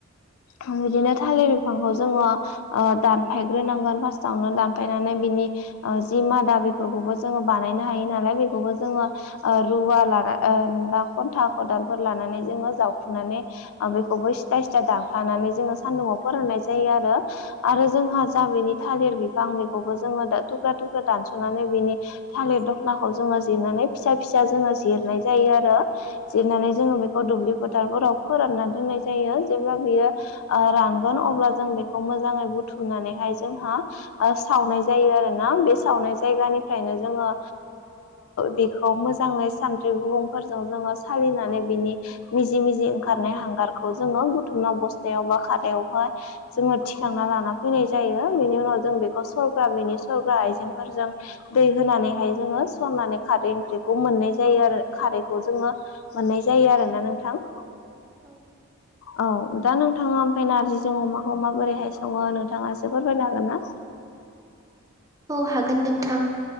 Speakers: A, on the left; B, on the right.
A: बिदिनो थालिर बिफांखौ जोङो दानफायग्रोनांगोन फार्स्टावनो दानफायनानै बिनि जि मादा बेफोरखौबो जोङो बानायनो हायो नालाय बेखौबो जोङो रुवा लाना बा खन्था खदालफोर लानानै जोङो जावखुनानै बेखौबो सिथा सिथा दानफानानै जोङो सान्दुुंआव फोराननाय जायो आरो। आरो जोंहा जा बिनि थालिर बिफां बेखौबो जोङो थुख्रा थुख्रा दानस'नानै बिनि थालिर दखनाखौ जोङो जिरनानै फिसा फिसा जोङो जिरनाय जायो आरो। जिरनानै जोङो बेखौ दुब्लि फोथारफोराव फोरानना दोननाय जायो जेब्ला बियो ओ रानगोन अब्ला जों बेखौ मोजाङै बुथुमनानैहाय जोंहा ओ सावनाय जायो आरोना बे सावनाय जायगानिफ्रायनो जोङो। बेखौ मोजाङै सानद्रि गुबुंफोरजों जोङो सालिनानै बिनि मिजि मिजि ओंखारनाय हांगारखौ जोङो बुथुमना बस्थायाव बा खारायावहाय जोङो थिखांना लाना फैनाय जायो बेनि उनाव जों बेखौ सरकार बेनि सरगार आइजेंफोरजों दै होनानैहाय जोङो सननानै खारै ओंख्रिखौ मोननाय जायो आरो खारैखौ जोङो मोननाय जायो आरोना नोंथां।
B: औ।
A: औ दा नोंथाङा ओमफ्राय नार्जिजों अमाखौ माबोरैहाय सङो नोंथाङासो फोरमायनो हागोन ना?
B: औ हागोन नोंथां